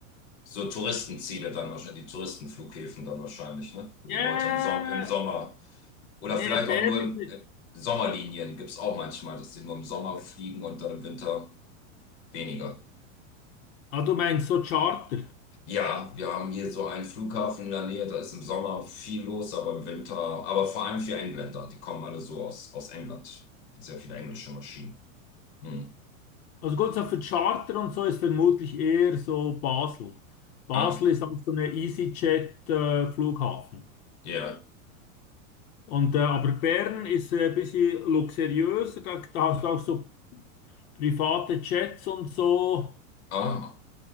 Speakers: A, on the left (about 50°); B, on the left (about 80°).
A: So Touristenziele dann wahrscheinlich, die Touristenflughäfen dann wahrscheinlich, ne? Wo
B: Ja,
A: die Leute im Sommer, im
B: yeah!
A: Sommer oder
B: nee,
A: vielleicht
B: Bern
A: auch nur
B: ist.
A: im äh, Sommerlinien gibt es auch manchmal, dass die nur im Sommer fliegen und dann im Winter weniger.
B: Ah, du meinst so Charter.
A: Ja, wir haben hier so einen Flughafen in der Nähe, da ist im Sommer viel los, aber im Winter, aber vor allem für Engländer, die kommen alle so aus, aus England. Sehr viele englische Maschinen. Hm.
B: Also gut, so für Charter und so ist vermutlich eher so Basel. Basel
A: Ah.
B: ist auch so eine EasyJet-Flughafen.
A: Ja.
B: und äh, aber Bern ist äh, ein bisschen luxuriöser, da, da hast du auch so private Jets und so.
A: Ah,